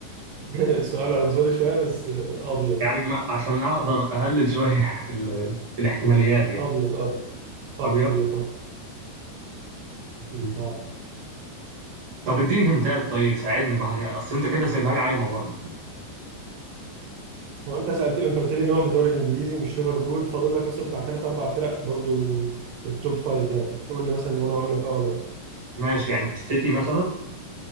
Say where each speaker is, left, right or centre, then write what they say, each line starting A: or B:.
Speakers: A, on the right (about 75°); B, on the right (about 50°).
A: <laughs> سؤال عنصري شويه بس ابيض
B: يعني ما عشان اقدر اقلل شويه <laughs> ال- الاحتماليات يعني
A: ابيض ابيض ابيض
B: ابيض
A: ابيض
B: مم.
A: نعم
B: طب اديني هنتات طيب ساعدني ما هي اصل انت كده سايبها لي عايمه برضه
A: هو انت سالت انت قلت لي ان هو في الدوري الانجليزي مش ليفربول فاضل لك مثلا بتاع ثلاث اربع فرق برضو في التوب فايف يعني قول لي مثلا وانا اقول لك اه ولا لا
B: ماشي يعني السيتي مثلا